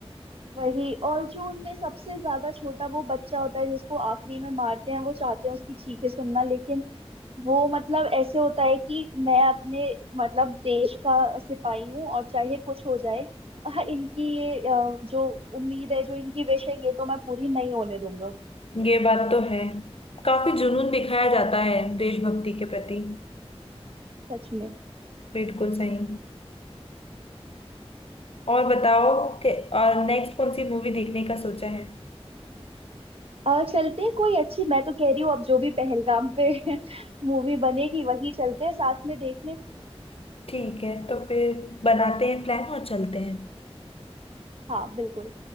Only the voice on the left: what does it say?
ये बात तो है काफी जुनून दिखाया जाता है देशभक्ति के प्रति
बिल्कुल सही और बताओ कि और नेक्स्ट कौन सी मूवी देखने का सोचा है
ठीक है तो फिर बनाते हैं प्लान और चलते हैं